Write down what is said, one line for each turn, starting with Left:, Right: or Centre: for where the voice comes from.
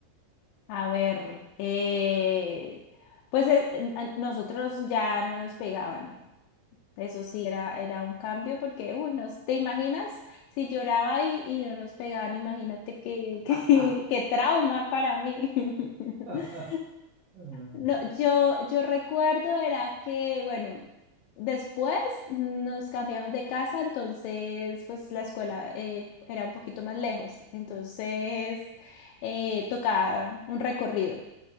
Left: a ver, eh, pues eh, n- a nosotros ya no nos pegaban. Eso sí era, era un cambio porque, uy, no, ¿te imaginas? Si lloraba y, y no nos pegaban, imagínate qué, <laughs> qué,
Right: Ah,
Left: qué trauma para mí. <laughs>
Right: <laughs> en
Left: No, yo, yo recuerdo era que, bueno, después nos cambiamos de casa, entonces, pues la escuela eh, era un poquito más lejos, entonces eh, tocaba un recorrido.